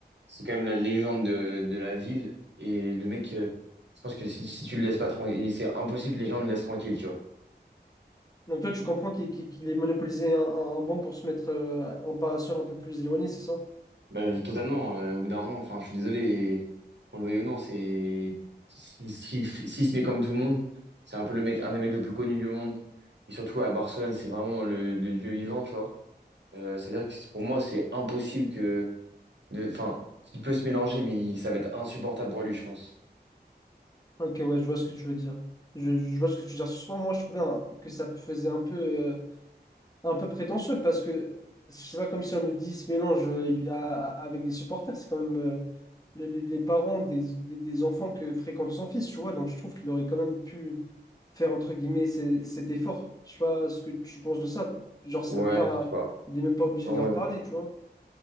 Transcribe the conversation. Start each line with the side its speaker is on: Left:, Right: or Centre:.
Right: c'est quand même la légende de, de la ville. Et le mec, euh, je pense que si, si tu le laisses pas tranquille, c'est impossible que les gens le laissent tranquille, tu vois.
Left: Donc toi, tu comprends qu'il qu'il- qu'il ait monopolisé un, un- un banc pour se mettre euh, en parasol un peu plus éloigné, c'est ça?
Right: Bah, totalement, euh, au bout d'un moment, enfin, je suis désolé, et on le veuille ou non, c'est. S'il si- si- S'il se met comme tout le monde, c'est un peu le mec, un des mecs le plus connu du monde. Et surtout à Barcelone, c'est vraiment le, le dieu vivant, tu vois. Euh, c'est-à-dire que c'est- pour moi, c'est impossible que. de- Enfin, il peut se mélanger, mais il- ça va être insupportable pour lui, je pense.
Left: Ok, ouais, je vois ce que tu veux dire. Je, je vois ce que tu veux dire. Souvent, moi, je trouvais un- que ça faisait un peu. un peu prétentieux parce que c'est pas comme si on lui dit il se mélange euh, à- à- avec des supporters, c'est quand même euh, le- le- les parents des, des- des enfants que fréquente son fils, tu vois, donc je trouve qu'il aurait quand même pu faire entre guillemets ce- cet effort. Je sais pas ce que tu penses de ça. Genre, c'est
Right: Ouais,
Left: même pas,
Right: je sais pas.
Left: il est même pas obligé
Right: Ouais.
Left: de leur parler, tu vois.